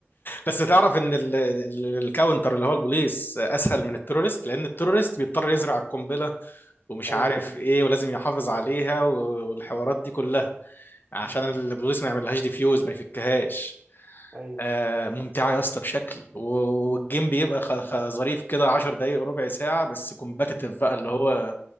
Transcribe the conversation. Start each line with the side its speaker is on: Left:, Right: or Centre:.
Left: بس تعرف ان ال- ال- الكاونتر اللي هو البوليس اسهل من التيرورست لان التيرورست بيضطر
Right: مم.
Left: يزرع القنبله ومش
Right: ايوه
Left: عارف
Right: ايوه
Left: ايه ولازم يحافظ عليها و- والحوارات دي كلها عشان
Right: مم.
Left: البوليس ما يعملهاش ديفيوز ما يفكهاش
Right: ايوه
Left: آه ممتعة يا اسطى بشكل و- والجيم بيبقى خ- خ- ظريف كده 10 دقايق ربع ساعة بس كومباتيتيف بقى اللي
Right: مم.
Left: هو